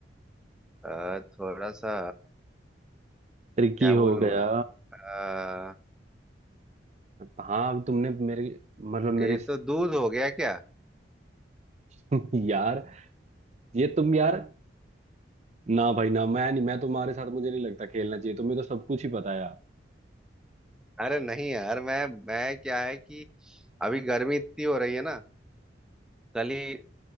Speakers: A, in the centre; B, on the right.
A: अ, थोड़ा सा
B: ट्रिकी
A: क्या
B: हो
A: बोलूं
B: गया
A: मैं अ,
B: हाँ अब तुमने मेरे मतलब मेरे
A: ये तो दूध हो गया क्या
B: <laughs> यार ये तुम यार ना भाई ना मैं नहीं मैं तुम्हारे साथ मुझे नहीं लगता खेलना चाहिए तुम्हें तो सब कुछ ही पता है यार
A: अरे नहीं यार मैं मैं क्या है कि अभी गर्मी इतनी हो रही है ना कल ही